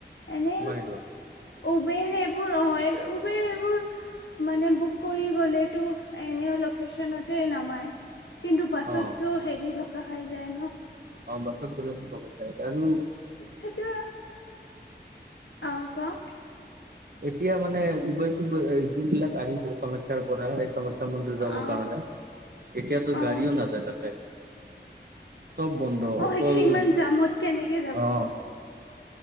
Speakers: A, on the left; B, on the right.
A: এনে
B: তোমাৰ এইটো।
A: উবেৰে <unintelligible> উবেৰবোৰ মানে বুক কৰিবলেটো এনেও লকেচনতে নমাই কিন্তু বাছতটো
B: অ
A: হেৰি ঢক ঢকা খাই যায় ন
B: অ বাছত গলেটো ঢকা খাই আৰু
A: হেটো অ কোৱা
B: এতিয়া মানে উবেৰটো যোন বিলাক আহিব কামাখ্যাৰ পৰা কামাখ্যা মন্দিৰ যাবৰ
A: অ
B: কাৰণে এতিয়াতো
A: অ
B: গাড়ীও নাযায় তাতে চব বন্ধ
A: অ
B: অকল
A: সেইটো ইমান জামত কেনেকে যাব
B: অহ